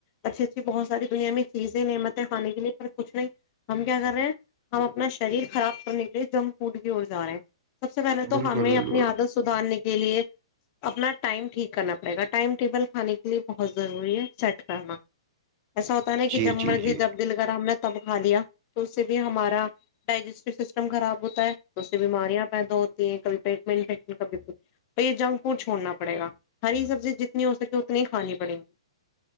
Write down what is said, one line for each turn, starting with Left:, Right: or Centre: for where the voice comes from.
Left: اچھے اچھے بہت ساری دنیا میں چیزیں نعمتیں کھانے کے لیے پر کچھ نہیں ہم کیا کر رہے ہیں ہم اپنا شریر خراب کرنے کے لیے جنک فوڈ کی اور جا رہے ہیں <inaudible> سب سے پہلے تو
Right: بالکل
Left: ہمیں
Right: بالکل
Left: اپنی عادت سدھارنے کے لیے اپنا ٹائم ٹھیک کرنا پڑے گا ٹائم ٹیبل کھانے کے لیے بہت ضروری ہے سیٹ کرنا ایسا ہوتا نا کہ
Right: جی
Left: جب
Right: جی
Left: مرضی
Right: جی
Left: جب دل کر ہم نے تب کا لیا تو اس سے بھی ہمارا ڈائجسٹو سسٹم خراب ہوتا ہے تو اس سے بیماریاں پیدا ہوتی ہیں کبھی پیٹ میں انفشن کبھی تو یہ جنک فوڈ چھوڑنا پڑے گا ہری سبزی جتنی ہو سکے اتنی ہی کھانی پڑیں گی